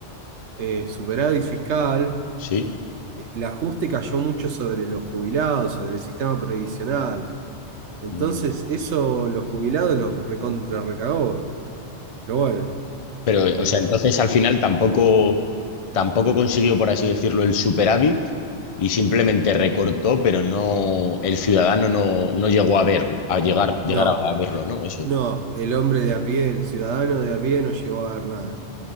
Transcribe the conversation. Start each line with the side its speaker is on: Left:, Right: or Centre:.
Right: eh, superávit fiscal,
Left: sí.
Right: eh, el ajuste cayó mucho sobre los jubilados, sobre el sistema previsional. Entonces,
Left: Mm.
Right: eso los jubilados los recontra recagó. Pero bueno.
Left: Pero,
Right: eh,
Left: o sea, entonces al final tampoco... tampoco consiguió, por así decirlo, el superávit y simplemente recortó, pero no, el ciudadano no, no llegó a verlo, a llegar, llegar
Right: No,
Left: a, a verlo, ¿no? Eso.
Right: no, el hombre de a pie, el ciudadano de a pie no llegó a ver nada,